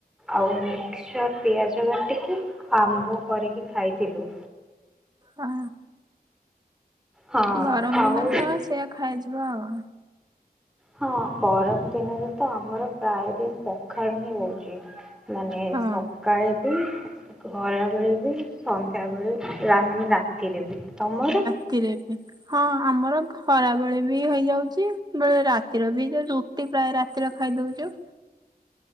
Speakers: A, in the centre; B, on the right.
A: ଆଉ ମିକ୍ସଚର୍, ପିଆଜ କାଟିକି, ଆମ୍ବ କରିକି ଖାଇଥିଲୁ।
B: ହ
A: ହଁ
B: ଗରମ
A: ଆଉ
B: ଦିନ ତ ସେଆ ଖାଇଥିବ ଆଉ।
A: ହଁ ଗରମ ଦିନରେ ତ ଆମର ପ୍ରାୟ ଦିନ ପଖାଳ ହିଁ ହଉଛି। ମାନେ ସ
B: ହଁ
A: ସକାଳେ ବି ଘରାବେଳେ ବି ସନ୍ଧ୍ୟାବେେଳେ ମାନେ ରା ରାତିରେ ରେ ବି ତମର?
B: ରାତିରେ ବି ହଁ ଆମର ଖରାବେଳେ ବି ହେଇଯାଉଛି ବଳେ ରାତିର ବି ରୁ ରୁଟି ପ୍ରାୟ ରାତିରେ ଖାଇଦଉଛୁ।